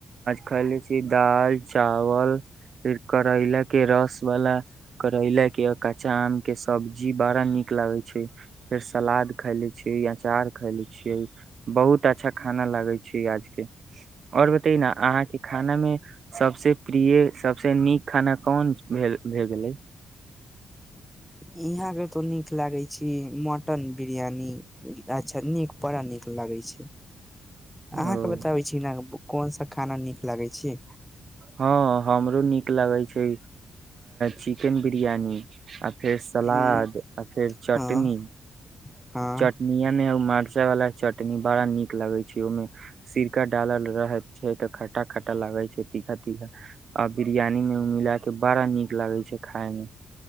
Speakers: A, on the right (about 50°); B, in the centre.
A: खले छी दाल चावल फेर करैला के रस वाला करैला के के कच्चा आम के सब्जी बड़ा नीक लागे छै फेर सलाद खााय ले छी या चार खैले छियै बहुत अच्छा खाना लागे छै आज के और बतै न अहाँके खानामे सबसे प्रिय सबसे नीक खाना कोन भेल भेए गेलै
B: यहाँ के तो नीक लागे छी मटन बिरियानी अच्छा नीक बड़ा नीक लागे छै अहाँके
A: ओ
B: बताबै छी कोन सा खाना नीक लगै छै
A: हँ हमरो नीक लगै छै चिकेन बिरियानी आ फेर सलाद
B: हँ
A: आ फेर चटनी
B: हँ हँ
A: चटनिया ने उ मार मिरचा वाला चटनी बड़ा निक लगे छै ओमें सिरका डालल रहे छै ते खटा खटा लागे छै छतीआ बिरयानी मे ओ मिला के बड़ा नीक लागे छै खाय मे